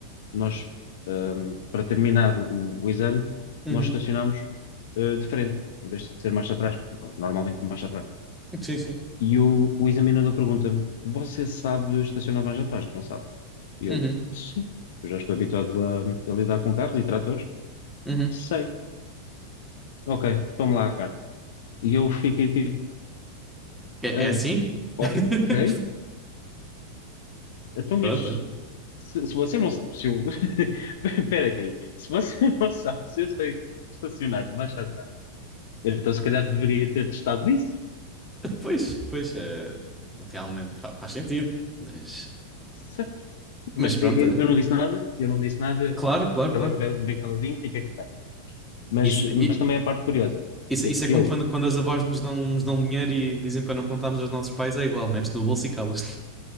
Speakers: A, on the left; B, in the centre.
A: nós, ahm, para terminar o, o exame,
B: uhum.
A: nós estacionámos, ah, de frente, em vez de ser marcha atrás, no- normalmente marcha atrás.
B: Sim, sim.
A: E o, o examinador pergunta-me, você sabe estacionar mais atrás? Não sabe? E
B: Uhum,
A: eu, sim, eu já estou habituado a, a lidar com carros e tratores.
B: uhum.
A: Sei. Ok, tome lá a carta. E eu fiquei tipo,
B: É,
A: ah,
B: é assim?
A: ok,
B: <laughs>
A: Então,
B: Pronto.
A: mas
B: olha. <laughs>
A: se, se você não sabe, se eu. <laughs> Espera aí. Se você <laughs> não sabe, se eu sei estacionar de marcha atrás, então se calhar deveria ter testado isso.
B: Pois, pois, eh, realmente fa- faz sentido. Mas,
A: Certo? Mas
B: mas pronto,
A: eu,
B: olha.
A: eu não disse nada, eu não disse nada,
B: Claro, claro,
A: calei-me
B: claro.
A: bem, bem caladinho, fica aqui. Mas,
B: Isso, i-
A: mas também a parte curiosa
B: isso,
A: é
B: isso
A: que
B: é como
A: ele.
B: quando, quando as avós nos dão, nos dão dinheiro e dizem para não contarmos aos nossos pais, é igual, metes no bolso e calas-te.